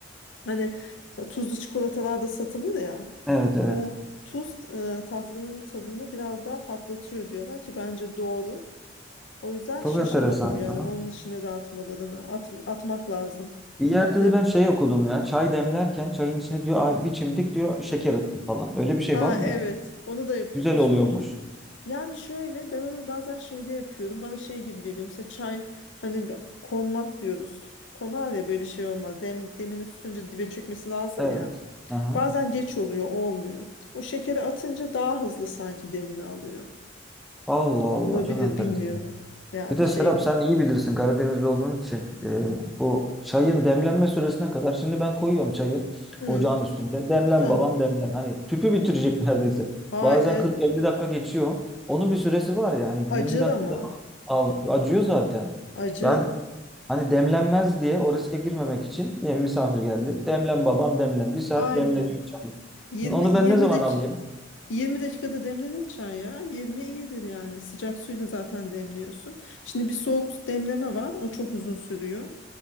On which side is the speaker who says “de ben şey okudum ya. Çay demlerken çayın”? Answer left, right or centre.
Centre